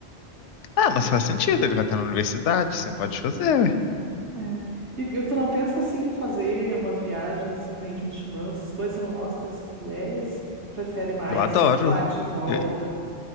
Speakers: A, on the left; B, on the right.
A: Ah, mas faz sentido, ele vai estar na universidade, você pode fazer, ué.
B: É. E, e tu não pensa assim em fazer umas viagens assim, meio de mochilão, essas coisas, tu não gosta dessas ideias? Prefere mais
A: Eu adoro.
B: bate e volta?
A: Eu,